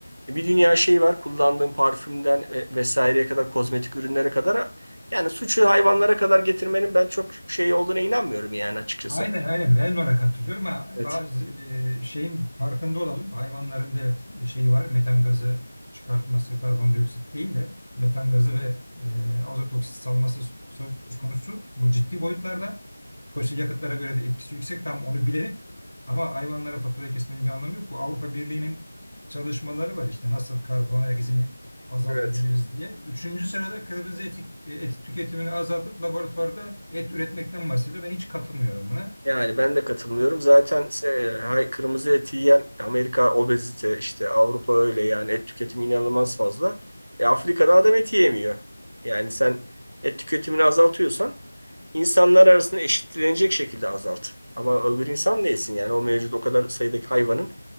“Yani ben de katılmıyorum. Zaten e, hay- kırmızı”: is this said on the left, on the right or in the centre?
Right